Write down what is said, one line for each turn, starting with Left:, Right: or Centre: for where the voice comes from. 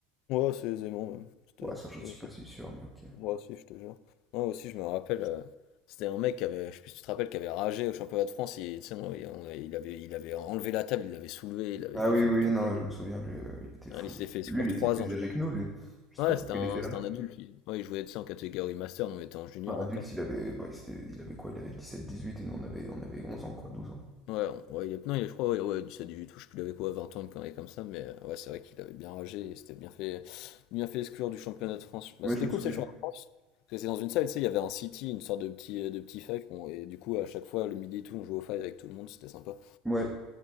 Left: Ouais, c'est aisément, même. C'était.
Centre: Ouais, ça je
Left: c'était-
Centre: suis pas
Left: c'est-
Centre: si sûr, mais ok.
Left: Ouais, si, je te jure. Moi aussi, je me rappelle, euh, c'était un mec qui avait, je sais plus si tu te rappelles, qui avait ragé au championnat de France, il, tu sais, on- il, on- il avait, il avait enlevé la table, il l'avait soulevée, il avait
Centre: Ah
Left: fait
Centre: oui,
Left: tomber
Centre: oui,
Left: toute
Centre: oui, non, je me souviens, lui, euh, il était
Left: la.
Centre: fou.
Left: Il s'est fait exclure
Centre: Lui, il
Left: 3
Centre: était plus
Left: ans, je
Centre: âgé
Left: crois.
Centre: que nous, lui. Je sais
Left: Ouais,
Centre: pas pourquoi
Left: c'était un,
Centre: il était là.
Left: c'était un adulte, lui. Ouais, il jouait, ça en catégorie master, donc il était en junior
Centre: Un adulte,
Left: encore.
Centre: il avait, bah, c'était, il avait quoi? Il avait dix sept dix huit et nous on avait, on avait 11 ans, quoi, douze ans.
Left: Ouais, on- ouais, il est, non, il est- je crois, ouais, ouais, 17, 18, je sais plus, il avait quoi, 20 ans, une connerie comme ça, mais euh, ouais, c'est vrai qu'il avait bien ragé, il s'était bien fait, bien fait exclure du championnat de France. Bah,
Centre: Ouais,
Left: c'était
Centre: je me
Left: cool,
Centre: souviens.
Left: ces championnats de France. Parce que c'est dans une salle, tu sais, il y avait un city, une sorte de petit, euh, de petit five, qu'on- et du coup, à chaque fois, le midi et tout, on jouait au five avec tout le monde, c'était sympa.
Centre: Ouais.